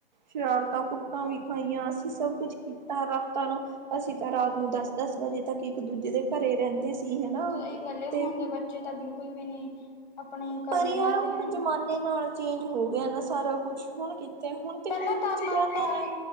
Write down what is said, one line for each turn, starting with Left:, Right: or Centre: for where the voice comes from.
Right: ਸ਼ਰਾਰਤਾਂ, ਕੁੱਟਾਂ ਵੀ ਖਾਈਆਂ, ਅਸੀਂ ਸਭ ਕੁਝ ਕੀਤਾ। ਰਾਤਾਂ ਨੂੰ- ਅਸੀਂ ਤਾਂ ਰਾਤ ਨੂੰ, ਦਸ, ਦਸ ਵਜੇ ਤੱਕ, ਇੱਕ ਦੂਜੇ ਦੇ ਘਰੇ ਰਹਿੰਦੇ ਸੀ ਹਨਾ।
Left: ਸਹੀ ਗੱਲੇ।
Right: ਤੇ
Left: ਹੁਣ ਦੇ ਬੱਚੇ, ਤਾਂ ਬਿਲਕੁਲ ਵੀ ਨਹੀਂ। ਆਪਣੇ ਘਰੇ
Right: ਪਰ ਯਾਰ
Left: ਰਹਿੰਦੇ
Right: ਹੁਣ,
Left: ਨੇ
Right: ਜਮਾਨੇ ਨਾਲ ਚੇਂਜ, ਹੋ ਗਿਆ ਨਾ। ਸਾਰਾ ਕੁਛ, ਹੁਣ। ਤੇ ਹੁਣ ਤੇ,
Left: ਪਹਿਲਾਂ
Right: ਕੋਈ ਬੱਚੇ
Left: ਤਾਂ ਆਪਾਂ
Right: ਜਾਂਦਾ
Left: ਆਪਾਂ
Right: ਨਹੀਂ।